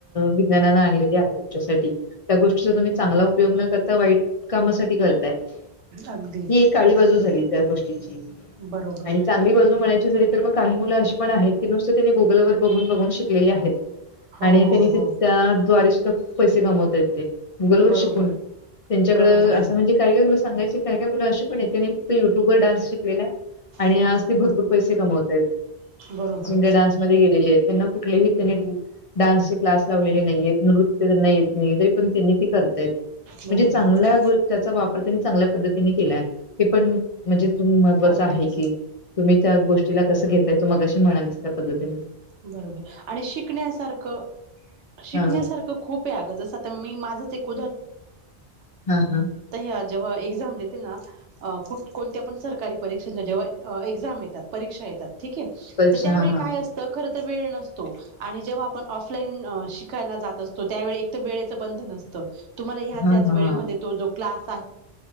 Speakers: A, on the left; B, on the right.
A: विज्ञानान आणली आहे तुमच्यासाठी त्या गोष्टी तुम्ही चांगल्यासाठी उपयोग न करता वाईट कामासाठी करताय ही
B: अगदीच
A: एक काळी बाजू झाली त्या गोष्टीची
B: बरोबर
A: आणि चांगली बाजू म्हणायची झा तर मग काही मुलं अशी पण आहेत की नुसतं त्यांनी गुगल वर बघून बघून शिकलेली आहेत
B: हो
A: आणि
B: हो
A: तेनी त्याच्या
B: हो
A: द्वारे सुद्धा खूप पैसे कमवताय ते गुगल वर
B: बरोबर
A: शिकून त्यांच्याकड
B: बरोबर
A: असं म्हणजे काय काय तुला सांगायचे काय मुलं अशी पण आहे त्यांनी फक्त युट्यूब वर डान्स शिकलेला आहे आणि
B: हम्म
A: आज ते भरपूर पैसे कमवतय
B: बरोबर
A: डान्स मध्ये गेलेले आहेत त्यांना कुठलेही त्यांनी डान्सचे क्लास लावलेले नाहीय नृत्य त्यांना येत नाही तरी पण त्यांनी ते करताय म्हणजे
B: बरोबर
A: चांगल्या त्याचा वापर नी चांगल्या पद्ती केला पण म्हणजे महवाचं
B: अगदीच
A: आहे की तुम्ही त्या गोष्टीला कसं घेतय तू मगला कशी म्हणालीस त्या पद्धतीनें
B: बरोबर आणि शिकण्यासारखं शिकण्यासारखं
A: हा
B: खूप आहे अगं जस आता मी माझंच एक
A: हा हा
B: आ जेव्हा एक्झाम देते ना कुठ कोणत्या पण सरकारी परीक्षांच्या जेव्हा एक्झाम येतात परीक्षा येतात ठीक आहे
A: परीक्षा
B: तर त्यावेळी
A: हा हा
B: काय अस वेळ नसतो आणि जेव्हा आपण ऑफलाईन शिकायला जात असतो त्यावे वेळेच बंधन त व क्
A: हा
B: त त्हाला
A: हा हा